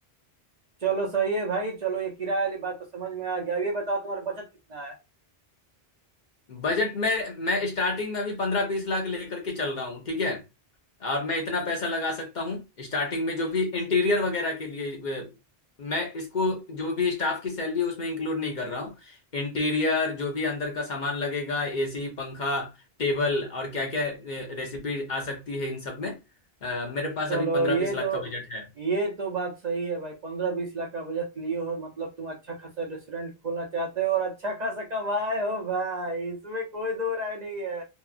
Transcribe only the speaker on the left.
बजट में मैं स्टार्टिंग में अभी पंद्रह बीस लाख लेकर के चल रहा हूँ ठीक है और मैं इतना पैसा लगा सकता हूँ स्टार्टिंग में जो भी इंटीरियर वगैरह के लिए अ, मैं इसको जो भी स्टाफ की सैलरी है उसमें इंक्लूड नहीं कर रहा हूँ इंटीरियर जो भी अंदर का सामान लगेगा एसी पंखा टेबल और क्या क्या रेसिपी आ सकती है इन सब में अ, मेरे पास
अभी पंद्रह
बीस लाख
का बजट है